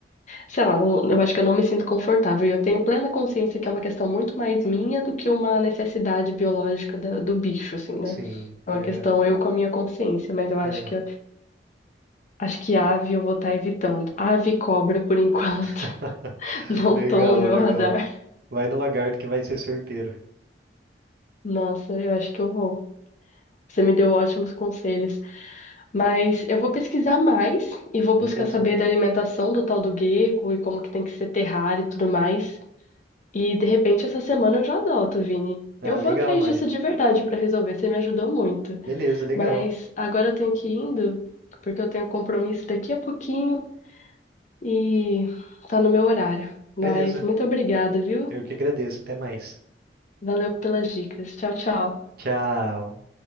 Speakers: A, on the left; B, on the right.
A: Sei lá, não- eu acho que eu não me sinto confortável. E eu tenho plena consciência que é uma questão muito mais minha do que uma necessidade biológica da- do bicho, assim, né?
B: sim,
A: É uma
B: é,
A: questão eu com a minha consciência, mas eu acho
B: é.
A: que acho que ave eu vou estar evitando. Ave e cobra, por enquanto,
B: <laughs>
A: <laughs> não
B: Legal,
A: estão no meu
B: legal.
A: radar.
B: Vai no lagarto que vai ser certeiro.
A: Nossa, eu acho que eu vou. Você me deu ótimos conselhos. Mas eu vou pesquisar mais e vou buscar
B: Beleza.
A: saber da alimentação do tal do gecko e como que tem que ser terrário e tudo mais. E de repente essa semana eu já adoto, Vini.
B: Ah,
A: Eu vou
B: legal,
A: atrás
B: Mari.
A: disso de verdade pra resolver, você me ajudou muito.
B: Beleza, legal.
A: Mas agora eu tenho que ir indo, porque eu tenho um compromisso daqui a pouquinho e tá no meu horário. Mas
B: Beleza.
A: muito obrigada, viu?
B: Eu que agradeço. Até mais.
A: Valeu pelas dicas. Tchau, tchau.
B: Tchau.